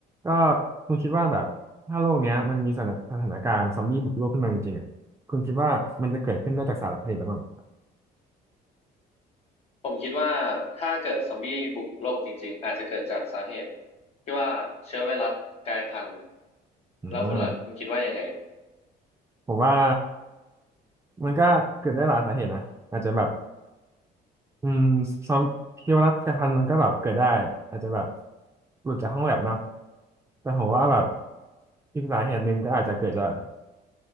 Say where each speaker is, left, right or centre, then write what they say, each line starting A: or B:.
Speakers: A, on the right (about 15°); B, on the left (about 40°).
A: ก็คุณคิดว่าแบบถ้าโลกเนี้ยมันมีสถานสถานการณ์ซอมบี้บุกโลกขึ้นมาจริงๆอ่ะคุณคิดว่ามันจะเกิดขึ้นได้จากสาเหตุอะไรบ้าง
B: ผมคิดว่าถ้าเกิดซอมบี้บุกโลกจริงๆอาจจะเกิดจากสาเหตุที่ว่าเชื้อไวรัสกลายพันธุ์
A: อืม
B: แล้วคุณล่ะคุณคิดว่ายังไง
A: ผมว่ามันก็เกิดได้หลายสาเหตุนะอาจจะแบบอืมซอมพิวรัตกระทันมันก็แบบเกิดได้อาจจะแบบหลุดจากห้องแลบเนาะแต่ผมว่าแบบอีกสาเหตุหนึ่งก็อาจจะเกิดจาก